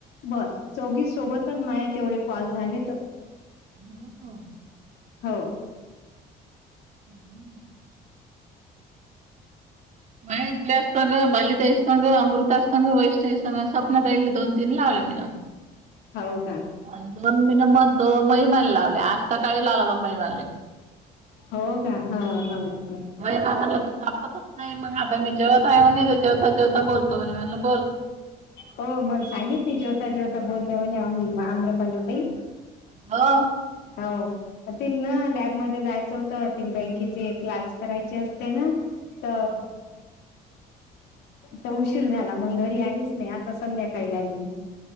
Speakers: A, on the left; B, on the right.
A: बस चौघी सोबतच माय तेवढे कॉल झालेत.
B: ह <unintelligible>
A: हो.
B: हम्म. <unintelligible> संग अमृतासंग, वैष्णवीसंग, सपनाताईले दोन तीन लावले मीनं.
A: हौ का?
B: आणि दोन महिने मग त महिमान लावले <unintelligible> आजता काही लावलाता महिमाला <unintelligible>
A: हो का ह ह.
B: होय ना, मला तू सापडतच नाही मग आता मी जेवता आहे म्हणे. आता जेवता जेवता बोलतो म्हणे म्हणलं बोल.
A: हो मग सांगिल जेवता जेवता बोलल्या म्हणे आम्रपाली ताई.
B: हो.
A: हौ. तीला ना लॅबमध्ये जायचं होतं, तिला बँकेचे क्लास करायचे असते ना. त
B: हो.
A: तर उशीर झाला मग घरी आलीच नाही आता संध्याकाळी आली मी.